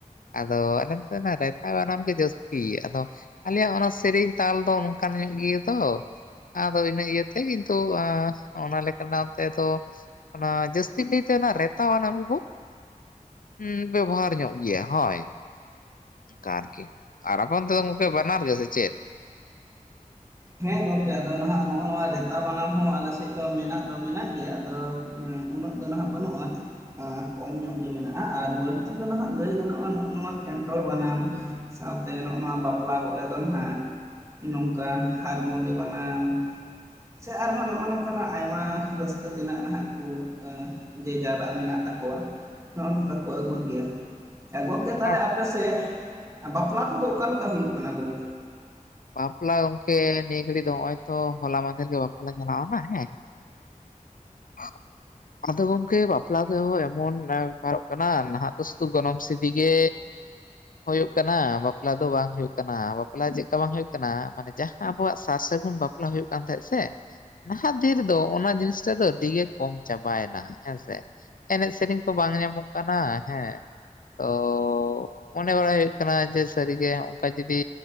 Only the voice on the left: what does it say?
ᱟᱫᱚ ᱟᱯᱮ ᱱᱚᱛᱮ ᱫᱚ ᱨᱮᱛᱟᱵᱟᱱᱟᱢ ᱜᱮ ᱡᱟᱹᱥᱛᱤ ᱟᱫᱚ ᱟᱞᱮᱭᱟᱜ ᱚᱱᱟ ᱥᱮᱨᱮᱧ ᱛᱟᱞ ᱫᱚ ᱚᱱᱠᱟᱱ ᱧᱚᱜ ᱜᱮᱭᱟ ᱫᱚ᱾ ᱟᱫᱚ ᱤᱱᱟᱹ ᱤᱭᱟᱹ ᱛᱮ ᱠᱤᱱᱛᱩ ᱦᱮᱸ ᱚᱱᱟ ᱞᱮᱠᱟ ᱞᱟ ᱛᱮᱸ ᱫᱚ ᱚᱱᱟ ᱡᱟᱹᱥᱛᱤ ᱯᱤᱭ ᱛᱮ ᱚᱱᱟ ᱨᱮᱛᱟᱵᱟᱱᱟᱢ ᱜᱮ ᱦᱸ ᱵᱮᱵᱚᱦᱟᱨ ᱧᱚᱜ ᱜᱮᱭᱟ ᱦᱳᱭ ᱠᱟᱨ ᱠᱮ ᱟᱨ ᱟᱯᱮ ᱚᱱᱛᱮ ᱜᱚᱝᱠᱮ ᱵᱟᱱᱟᱨ ᱜᱮ ᱥᱮ ᱪᱮᱫ
ᱟᱨ
ᱵᱟᱯᱞᱟ ᱜᱚᱝᱠᱮ ᱱᱤᱭᱟᱹ ᱜᱷᱟᱹᱲᱤᱡ ᱫᱚ ᱱᱚᱜᱼᱚᱭ ᱛᱚ ᱦᱚᱞᱟ ᱢᱟᱫᱷᱮᱨ ᱨᱮᱜᱮ ᱵᱟᱯᱞᱟ ᱪᱟᱞᱟᱣᱼᱟᱱᱟ ᱦᱮᱸ <inaudible> ᱟᱫᱚ ᱜᱚᱝᱠᱮ ᱵᱟᱯᱞᱟ ᱫᱚ ᱮᱢᱚᱱ ᱵᱮᱯᱟᱨᱚᱜ ᱠᱟᱱᱟ ᱱᱟᱦᱟᱜ ᱫᱚ ᱥᱩᱫᱷᱩ ᱜᱚᱱᱚᱝ ᱥᱤᱫᱤᱜ ᱜᱮ, ᱦᱳᱭᱳᱜ ᱠᱟᱱᱟ ᱵᱟᱯᱞᱟ ᱫᱚ ᱵᱟᱝ ᱦᱳᱭᱳᱜ ᱠᱟᱱᱟ ᱵᱟᱯᱞᱟ ᱪᱮᱜ ᱠᱟ ᱵᱟᱝ ᱦᱩᱭᱩᱜ ᱠᱟᱱᱟ ᱢᱟᱱᱮ ᱡᱟᱦᱟᱸ ᱟᱵᱚᱣᱟᱜ ᱥᱟᱨ ᱥᱟᱹᱜᱩᱱ ᱵᱟᱯᱞᱟ ᱦᱳᱭᱳᱜ ᱠᱟᱱ ᱛᱟᱦᱮᱸ ᱥᱮ, ᱱᱟᱦᱟᱜ ᱫᱤᱱ ᱨᱮᱫᱚ ᱚᱱᱟ ᱡᱤᱱᱤᱥᱴᱟ ᱫᱚ ᱟᱹᱰᱤ ᱜᱮ ᱠᱚᱢ ᱪᱟᱵᱟᱭᱮᱱᱟ ᱦᱮᱸ ᱥᱮ, ᱮᱱᱮᱡ ᱥᱮᱨᱮᱧ ᱠᱚ ᱵᱟᱝ ᱧᱟᱢᱚᱜ ᱠᱟᱱᱟ ᱦᱮᱸ, ᱛᱚ ᱢᱚᱱᱮ ᱵᱟᱲᱟᱭ ᱦᱩᱭᱩᱜ ᱠᱟᱱᱟ ᱡᱮ ᱥᱟᱹᱨᱤᱜᱮ ᱚᱱᱠᱟ ᱡᱩᱫᱤ,